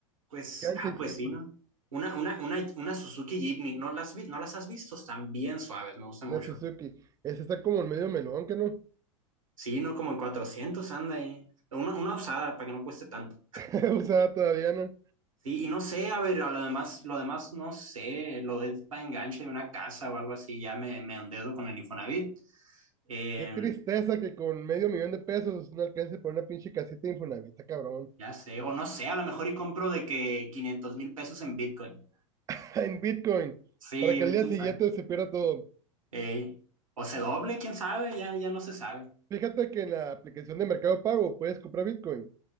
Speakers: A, on the right; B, on the right.
A: Pues,
B: Quedan
A: ah,
B: 600,
A: pues sí, ¿no? Una, una, una, una Suzuki Jimny, ¿no las, vi- no las has visto? Están bien suaves, me gustan
B: una
A: mucho.
B: Suzuki. Ese está como el medio melón, que no?
A: Sí, no, como en 400 anda ahí. Una, una usada para que no cueste tanto.
B: <laughs> Usada todavía, ¿no?
A: Sí, y no sé, a ver, a lo demás, lo demás no sé, lo de para enganche de una casa o algo así, ya me, me endeudo con el Infonavit. Eh,
B: Qué tristeza que con medio millón de pesos no alcance para una pinche casita de Infonavit, cabrón.
A: ya sé, o no sé, a lo mejor y compro de que quinientos mil pesos en Bitcoin.
B: <laughs> En Bitcoin,
A: Sí,
B: para que
A: güey,
B: al día
A: quién
B: siguiente
A: sabe.
B: se pierda todo.
A: Ey. O se doble, quién sabe, ya, ya no se sabe.
B: Fíjate que en la aplicación de Mercado Pago puedes comprar Bitcoin.